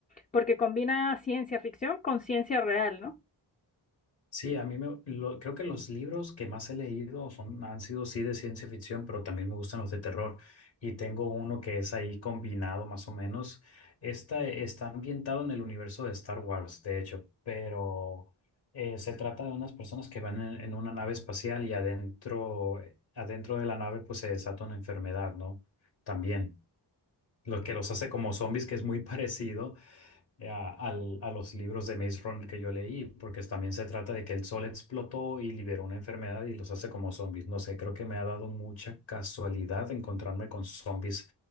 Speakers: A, on the left; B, on the left.
A: porque combina ciencia ficción con ciencia real, ¿no?
B: sí, a mí me lo- creo que los libros que más he leído son, han sido sí de ciencia ficción, pero también me gustan los de terror. Y tengo uno que es ahí combinado más o menos. Esta está ambientado en el universo de Star Wars, de hecho, pero eh, se trata de unas personas que van en, en una nave espacial y adentro, adentro de la nave pues se desata una enfermedad, ¿no? También. lo que los hace como zombies, que es muy parecido eh, a, al- a los libros de Maze Runner que yo leí, porque también se trata de que el sol explotó y liberó una enfermedad y los hace como zombies. No sé, creo que me ha dado mucha casualidad encontrarme con zombies